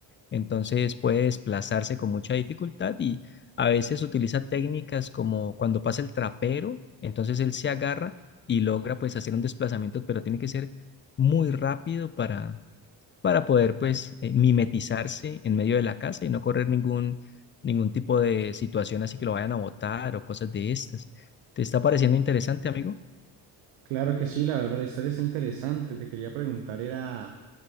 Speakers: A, on the left; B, on the right.
A: entonces puede desplazarse con mucha dificultad y a veces utiliza técnicas como cuando pasa el trapero, entonces él se agarra y logra pues hacer un desplazamiento, pero tiene que ser muy rápido para, para poder pues eh, mimetizarse en medio de la casa y no correr ningún, ningún tipo de situación así que lo vayan a botar o cosas de estas. ¿Te está pareciendo interesante, amigo?
B: Claro que sí, la verdad, la historia está interesante. Te quería preguntar, era,